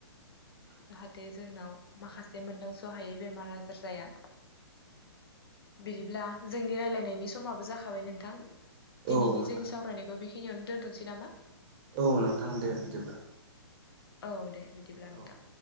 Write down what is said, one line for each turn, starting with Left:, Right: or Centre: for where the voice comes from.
Left: जाहाथे जोंनाव माखासे मोन्दांसहायै बेमार आजार जाया बिदिब्ला जोंनि रायलायनायनि समाबो जाखाबाय नोंथां
Right: औ
Left: दिनैनि
Right: नोंथां
Left: जोंनि सावरायनायखौ बे खिनियावनो दोनथ'नोसै नामा?
Right: औ नोंथां दे बिदिब्ला।
Left: औ दे बिदिब्ला नोंथां।
Right: औ